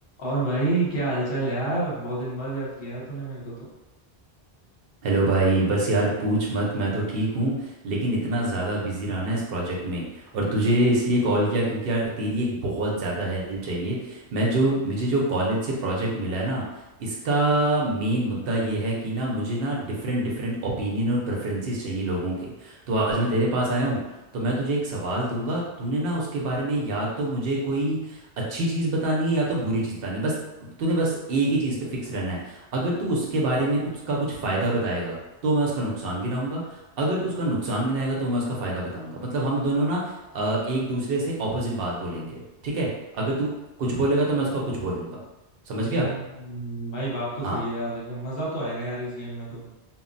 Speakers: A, on the left; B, on the right.
A: और भाई क्या हालचाल यार बहुत दिन बाद याद किया यार तूने मेरे को तो
B: हेलो भाई बस यार पूछ मत मैं तो ठीक हूँ लेकिन इतना ज़्यादा बिजी रहना है इस प्रोजेक्ट में और तुझे इसलिए कॉल किया क्योंकि यार तेरी एक बहुत ज़्यादा हेल्प चाहिए मैं जो मुझे जो कॉलेज से प्रोजेक्ट मिला है ना इसका मेन मुद्दा ये है कि ना मुझे ना डिफरेंट डिफरेंट ओपिनियन और प्रेफरेंसेस चाहिए लोगों के तो आज मैं तेरे पास आया हूँ तो मैं तुझे एक सवाल दूंगा तूने ना उसके बारे में या तो मुझे कोई अच्छी चीज़ बतानी है या तो बुरी चीज़ बतानी है बस तूने बस एक ही चीज़ पे फिक्स रहना है अगर तू उसके बारे में कुछ का कुछ फ़ायदा बताएगा तो मैं उसका नुकसान गिनाऊंगा अगर तू उसका नुकसान गिनाएगा तो मैं उसका फ़ायदा बताऊंगा मतलब हम दोनों ना अ, एक दूसरे से ऑपोजिट बात बोलेंगे ठीक है अगर तू कुछ बोलेगा तो मैं उसका कुछ बोलूंगा समझ गया
A: हम्म भाई बात तो सही
B: हाँ
A: है यार लेकिन मजा तो आएगा यार इस गेम में तो